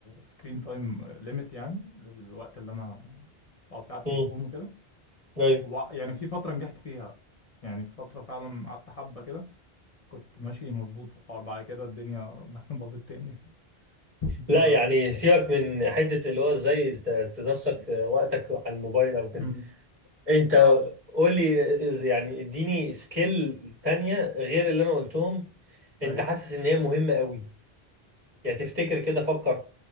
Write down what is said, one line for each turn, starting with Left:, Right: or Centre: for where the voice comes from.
Left: سكرين تايم ليميت يعني للوقت اللي انا بقعد فيه على التليفون
Right: مم.
Left: وكده
Right: ايوه
Left: وع- يعني في فتره نجحت فيها يعني في فتره فعلا قعدت حبه كده كنت ماشي مظبوط في الحوار بعد كده الدنيا <laughs> باظت تاني
Right: لا
Left: ف
Right: يعني سيبك من حته اللي هو ازاي ت- تنسق وقتك على الموبايل او كده
Left: مم.
Right: انت
Left: اه
Right: قول لي إز- يعني اديني سكيل تانية غير اللي انا قلتهم انت
Left: ايوه
Right: حاسس ان هي مهمه قوي يعني تفتكر كده فكر